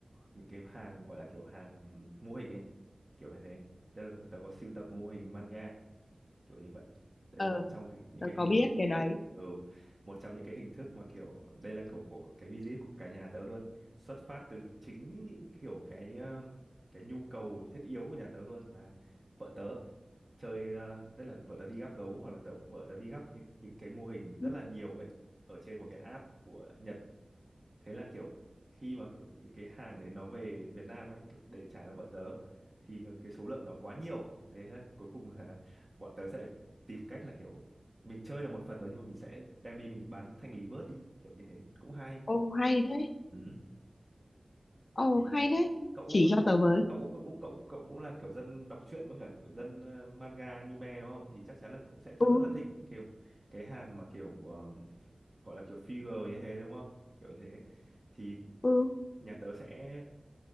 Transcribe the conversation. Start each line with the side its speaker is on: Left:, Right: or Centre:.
Right: những cái hàng gọi là kiểu hàng mô hình ấy, kiểu như thế. Tức là tớ có sưu tập mô hình manga kiểu như vậy. Đây
Left: Ờ,
Right: là một trong cái, những
Left: tớ
Right: cái hình
Left: có biết cái đấy.
Right: ừ một trong những cái hình thức mà kiểu đây là kiểu của cái visit của cả nhà tớ luôn xuất phát từ chính những kiểu cái ờ, cái nhu cầu thiết yếu của nhà tớ luôn là vợ tớ chơi ờ, tức là vợ tớ đi gắp gấu hoặc là tớ, vợ tớ đi gắp những, những cái mô hình rất
Left: Ừ,
Right: là nhiều ấy ở trên một cái app của Nhật thế là kiểu khi mà kiểu những cái hàng đấy nó về Việt Nam ấy để trả cho vợ tớ thì mà cái số lượng nó quá nhiều đấy là cuối cùng là <laughs> bọn tớ sẽ tìm cách là kiểu mình chơi là một phần rồi nhưng mà mình sẽ đem đi mình bán thanh lý bớt đi kiểu như thế cũng hay
Left: Ồ, hay thế,
Right: ừ.
Left: ồ,
Right: thì
Left: hay thế.
Right: cậu
Left: Chỉ
Right: cũng
Left: cho tớ với.
Right: cậu cũng cậu cậu cậu cũng là kiểu dân đọc truyện với cả kiểu dân ờ, manga anime đúng không thì chắc chắn là cũng sẽ thật
Left: Ừ,
Right: rất là thích những kiểu cái hàng mà kiểu ờ, gọi là kiểu figure như thế đúng không kiểu như thế thì
Left: ừ,
Right: nhà tớ sẽ